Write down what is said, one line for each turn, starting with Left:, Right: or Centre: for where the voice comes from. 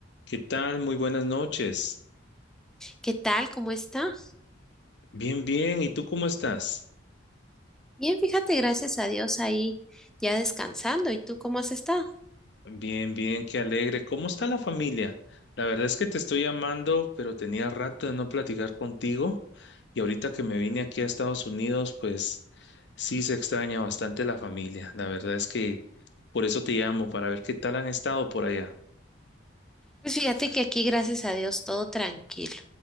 Left: ¿Qué tal? Muy buenas noches.
Centre: ¿Qué tal? ¿Cómo está?
Left: Bien, bien. ¿Y tú cómo estás?
Centre: Bien, fíjate, gracias a Dios ahí ya descansando. ¿Y tú cómo has estado?
Left: Bien, bien, qué alegre. ¿Cómo está la familia? La verdad es que te estoy llamando, pero tenía rato de no platicar contigo. Y ahorita que me vine aquí a Estados Unidos, pues sí se extraña bastante la familia. La verdad es que por eso te llamo, para ver qué tal han estado por allá.
Centre: Pues fíjate que aquí, gracias a Dios, todo tranquilo.